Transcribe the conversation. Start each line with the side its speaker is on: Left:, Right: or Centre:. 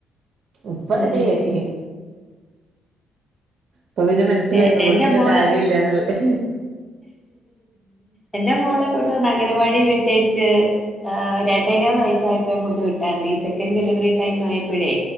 Right: ഇപ്പ
Centre: ഉം
Right: റെഡി
Centre: ഉം
Right: ആയി പ്പൊ പിന്നെ മനസ്സിലായി
Centre: പക്ഷെ
Right: ന്നെലോള്ചിട്ട്
Centre: എന്റെ മോള്
Right: കാര്യംല്ലാന്ന്ള്ളെ
Centre: എന്റെ മോളെ കൂട്ട് അംഗനവാടി വിട്ടേച്ച് ഹ് രണ്ടേകാ വയസ്സായപ്പോ ഞാൻ കൊണ്ട് വിട്ടായിരുന്നു ഈ സെക്കൻ ഡെലിവറി ടൈം ആയപ്പഴേ.